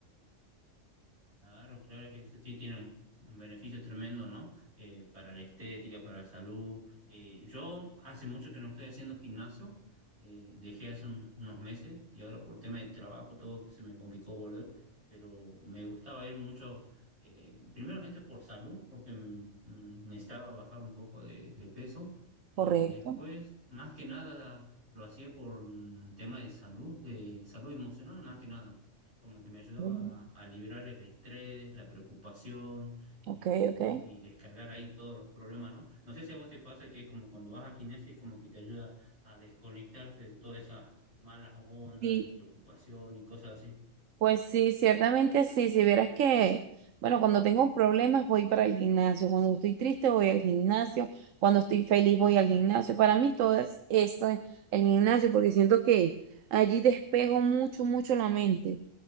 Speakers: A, on the right; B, on the right.
A: Claro, claro, es que eso sí tiene un, un beneficio tremendo, ¿no? Eh, para la estética, para la salud. Eh, yo hace mucho que no estoy haciendo gimnasio, eh, dejé hace un- unos meses y ahora por tema de trabajo todo se me complicó volver, pero me gustaba ir mucho, eh, primeramente por salud, porque me- me necesitaba bajar un poco de, de peso y
B: Correcto.
A: después, más que nada, lo hacía por un tema de salud, de salud emocional, más que nada como que me ayudaba
B: Mm,
A: a, a liberar el estrés, la preocupación
B: Ok,
A: y,
B: ok.
A: y descargar ahí todos los problemas, ¿no? No sé si a vos te pasa que es como cuando vas al gimnasio, es como que te ayuda a desconectarte de todas esas malas ondas,
B: Sí,
A: de la preocupación y cosas así.
B: Pues sí, ciertamente sí. Si vieras que, bueno, cuando tengo problemas voy para el gimnasio, cuando estoy triste voy al gimnasio, cuando estoy feliz voy al gimnasio. Para mí todo es esto, el gimnasio, porque siento que allí despejo mucho, mucho la mente.